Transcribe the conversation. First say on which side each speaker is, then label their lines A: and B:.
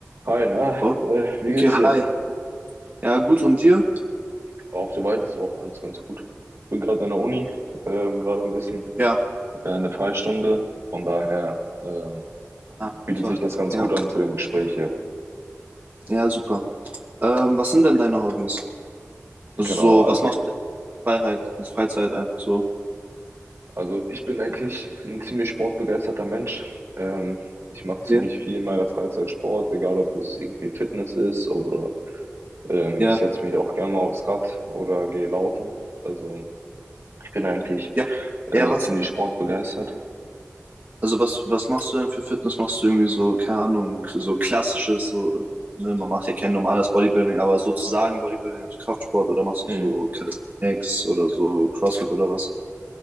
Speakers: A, on the right; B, on the right.
A: Hi, na,
B: O-
A: äh, wie
B: Okay,
A: geht's dir?
B: hi. Ja, gut, und dir?
A: Auch soweit ist auch alles ganz gut. Bin gerade an der Uni, ähm, gerade ein bisschen
B: Ja,
A: äh, eine Freistunde. Von daher ähm,
B: ah,
A: bietet
B: toll.
A: sich das ganz
B: Ja,
A: gut an zu dem Gespräch hier.
B: ja, super. Ähm, was sind denn deine Hobbys? Also
A: Genau, also,
B: so, was machst du in Freiheit, in Freizeit einfach so?
A: also ich bin eigentlich ein ziemlich sportbegeisterter Mensch. Ähm, ich mache ziemlich
B: Ja,
A: viel in meiner Freizeit Sport, egal ob es irgendwie Fitness ist oder ähm,
B: ja,
A: ich setze mich auch gerne mal aufs Rad oder gehe laufen. Also ich bin eigentlich
B: ja,
A: äh,
B: ja, was?
A: ziemlich sportbegeistert.
B: Also was, was machst du denn für Fitness? Machst du irgendwie so, keine Ahnung, so klassisches, so, ne, man macht ja kein normales Bodybuilding, aber sozusagen Bodybuilding, also Kraftsport oder machst du
A: Mhm.
B: so Calisthenics oder so CrossFit oder was?